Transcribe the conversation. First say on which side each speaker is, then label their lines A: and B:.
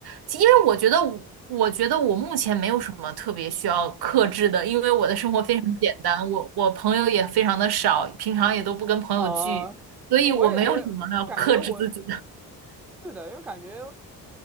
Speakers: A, on the right (about 60°); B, in the centre.
A: 其因为我觉得我我觉得我目前没有什么特别需要克制的，因为我的生活非常简单，我我朋友也非常的少，平常也都不跟朋友聚，
B: 啊，
A: 所以我没有什么要克制自己的。
B: 我也，我也感觉我，是的，因为感觉。